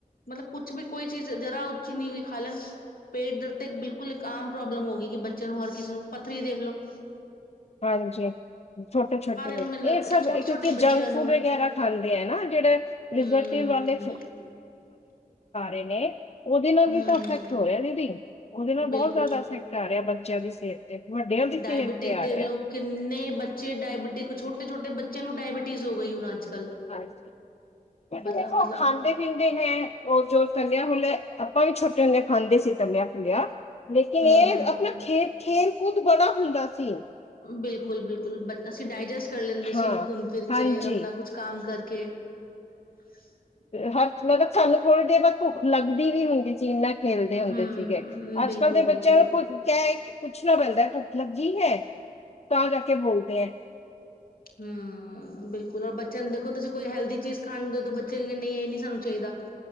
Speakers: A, on the left; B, on the left.
A: ਮਤਲਬ ਕੁਛ ਵੀ ਕੋਈ ਚੀਜ਼ ਜਰਾ ਉੱਚੀ ਨੀ ਵੀਖਾ ਲਣ ਪੇਟ ਦਰਦ ਤੇ ਬਿਲਕੁਲ ਇੱਕ ਆਮ ਪ੍ਰੋਬਲਮ ਹੋ ਗਈ, ਕਿ ਬੱਚਿਆਂ ਨੂੰ ਹਰ ਕਿਸੇ ਨੂੰ ਪੱਥਰੀ ਦੇਖ ਲੋ।
B: ਹਾਂਜੀ ਛੋਟੇ ਛੋਟੇ ਬੱਚੇ,
A: ਨੂੰ ਮੈਨੂੰ ਲੱਗਦਾ
B: ਇਹ ਸਭ
A: ਛੋਟੇ ਛੋਟੇ
B: ਕਿਉਂਕਿ
A: ਬੱਚਿਆਂ
B: ਜੰਕ ਫੂਡ
A: ਨੂੰ
B: ਵਗੈਰਾ ਖਾਂਦੇ ਐ ਨਾ। ਜਿਹੜੇ
A: ਹਮ
B: <unintelligible> ਵਾਲੇ ਰਹੇ ਨੇ ਉਹਦੇ ਨਾਲ
A: ਹਮ
B: ਵੀ ਤਾਂ ਇਫੈਕਟ
A: ਹਮ
B: ਹੋਇਆ ਦੀਦੀ ਉਹਦੇ ਨਾਲ
A: ਬਿਲਕੁਲ
B: ਬਹੁਤ ਜ਼ਿਆਦਾ ਇਫੈਕਟ ਆ ਰਿਹਾ ਬੱਚਿਆਂ ਦੀ ਸਿਹਤ ਤੇ ਵੱਡੇ ਹੁੰਦੀ
A: ਡਾਇਬਟਿਕ
B: ਸਿਹਤ ਤੇ ਰਿਹਾ।
A: ਦੇਖ ਲਓ ਕਿੰਨੇ ਬੱਚੇ ਡਾਇਬਟਿਕ ਛੋਟੇ ਛੋਟੇ ਬੱਚਿਆਂ ਨੂੰ ਡਾਇਬਟੀਜ਼ ਹੋ ਗਈ ਹੁਣ ਅੱਜ ਕੱਲ
B: ਹਾਂਜੀ
A: ਪਤਾ
B: ਦੇਖੋ
A: ਮਤਲਬ
B: ਖਾਂਦੇ ਪੀਂਦੇ ਹੈ ਉਹ ਜੋ ਤਲਿਆ ਹਮਨੇ ਆਪਾਂ ਵੀ ਛੋਟੇ ਹੁੰਦੇ ਖਾਂਦੇ ਸੀ ਤਲਿਆ ਫਿਲਿਆ ਲੇਕਿਨ
A: ਹਮ
B: ਇਹ
A: ਹਮ
B: ਆਪਣਾ ਖੇ ਖੇਲ ਕੂਦ ਬੜਾ ਹੁੰਦਾ ਸੀ
A: ਬਿਲਕੁਲ ਬਿਲਕੁਲ ਬ ਅਸੀਂ ਡਾਈਜੈਸਟ ਕਰ ਲੈਂਦੇ ਸੀ
B: ਹਾਂ,
A: ਉਹਨੂੰ ਘੁੰਮ ਫਿਰ
B: ਹਾਂਜੀ।
A: ਕੇ ਆਪਣਾ ਕੁਛ ਕੰਮ ਕਰਕੇ ਕੇ
B: ਹ ਮਤਲਬ ਸਾਨੂੰ ਥੋੜੀ ਦੇਰ ਬਾਅ ਭੁੱਖ ਲੱਗਦੀ ਵੀ ਹੁੰਦੀ ਸੀ ਜਿੰਨਾ ਖੇਲਦੇ ਹੁੰਦੇ
A: ਹਮ
B: ਸੀਗੇ ਅੱਜ
A: ਬਿਲਕੁਲ
B: ਕੱਲ ਦੇ
A: ਬਿਲਕੁਲ
B: ਬੱਚਿਆਂ ਦਾ ਭੁ ਕਿਆ ਕੁੱਛ ਨਾ ਬਣਦਾ ਭੁੱੱਖ ਲੱਗੀ ਹੈ ਤਾਂ ਕਰਕੇ ਬੋਲਦੇ ਹੈ
A: ਹਮ ਬਿਲਕੁਲ ਔਰ ਬੱਚਿਆਂ ਨੂੰ ਦੇਖੋ ਤੁਸੀਂ ਕੋਈ ਹੈਲਦੀ ਚੀਜ਼ ਖਾਣ ਨੂੰ ਦੇਦੋ ਬੱਚੇ ਕਹਿੰਦੇ ਨਹੀਂ ਇਹ ਨੀ ਸਾਨੂੰ ਚਾਹੀਦਾ ਦਾ